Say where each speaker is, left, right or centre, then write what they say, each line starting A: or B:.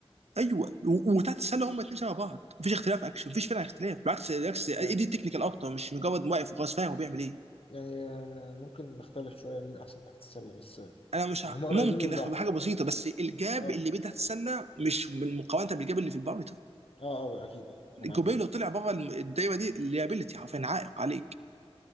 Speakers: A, on the right (about 85°); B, on the left (about 65°).
A: ايوه و- وتحت السله هم الاثنين شبه بعض مفيش اختلاف اكشن مفيش فعلا اختلاف بالعكس بالعكس اي
B: يعني
A: دي تكنيكال اكتر مش مجرد واقف وخلاص فاهم هو بيعمل ايه
B: يعني آه، ممكن نختلف شوية مين أحسن تحت السلة بس آه،
A: انا مش
B: يعني
A: ه-
B: هما قريبين
A: ممكن
B: من بعض
A: اخد حاجه بسيطه بس الجاب
B: أه
A: اللي بين تحت السله مش من مقارنه بالجاب اللي في البارامتر
B: أه أه أكيد أه أنا
A: الجوبيه
B: معاك في دي
A: لو طلع بره الم- الدايره دي الليابيلتي حرفيا عائق عليك